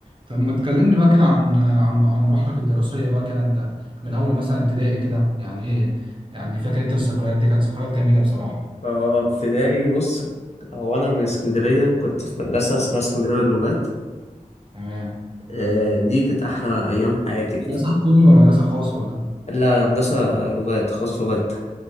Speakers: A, on the right; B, on the left.
A: طب ما تكلمني بقى كده عن عن عن مراحلك الدراسية بقى كده انت من اول مثلا ابتدائي كده يعني ايه يعني فاكر انت الذكريات دي كانت ذكريات جميلة بصراحة
B: اه ابتدائي بص هو انا من اسكندريه كنت في مدرسه اسمها اسكندريه للغات
A: تمام
B: آه، دي كانت احلى ايام حياتي
A: مدرسة حكومي ولا مدرسة خاص ولا
B: لا مدرسه لغات خاص لغات